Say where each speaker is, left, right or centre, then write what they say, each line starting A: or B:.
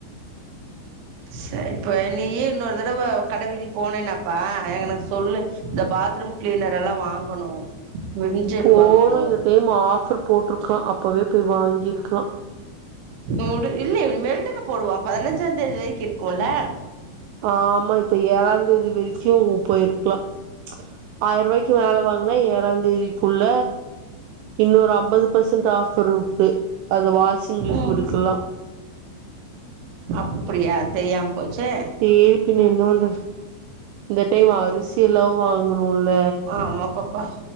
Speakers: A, on the right; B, on the right.
A: ச இப்ப நீயே இன்னொரு தடவ கட வீதிக்குபோனேன்னாப்பா எங்க எனக்கு சொல்லு இந்த பாத்ரூம் கிளீனரெல்லா வாங்கணு விம் ஜெல்
B: போணூம்
A: வாங்கணு
B: இந்த டைம் ஆஃபர் போட்ருக்கா அப்பவே போய் வாங்கியிருக்கலா
A: முடி இல்ல இனிமேல்தா போடுவா பதினஞ்சாம் தேதி வரைக்கும் இருக்குல்ல
B: ஆ ஆமா இப்ப ஏழாந்தேதி வரைக்கும் போயிருக்கு லாம் ச் ஆயி ரூபாய்க்கு மேல வாங்குனா ஏழாந் தேதிக்குள்ள இன்னொரு அம்பது பர்சன்ட் ஆஃபர் இருக்கு அது வாஷிங் லிக்விடுக்குல்லா
A: ம் அப்டியாத் தெரியாம போச்சே
B: சேரி பின்ன என்ன பன்றது இந்த டைம் அரிசி எல்லாவு வாங்குணுல்ல
A: ஆ ஆமா பாப்பா